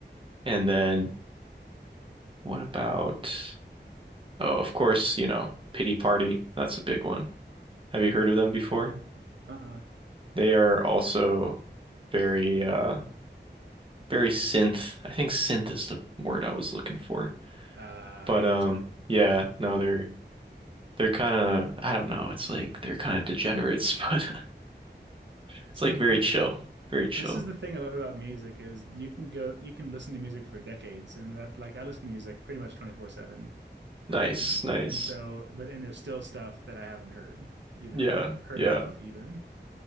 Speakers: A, on the right; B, on the right.
A: And then what about, oh, of course, you know, Pity Party. That's a big one. Have you heard of them before?
B: Uh-uh.
A: They are also very uh very synth. I think synth is the word I was looking for.
B: Uh,
A: But
B: I gotcha.
A: um yeah, no, they're they're kind of I don't know, it's like they're kind of degenerates, <laughs> but it's
B: See,
A: like
B: th
A: very chill, very chill.
B: this is the thing I love about music is you can go you can listen to music for decades and that like I listen to music pretty much 24/7.
A: Nice,
B: Um,
A: nice.
B: and so, but and there's still stuff that I haven't heard, you know,
A: Yeah,
B: heard
A: yeah.
B: of even.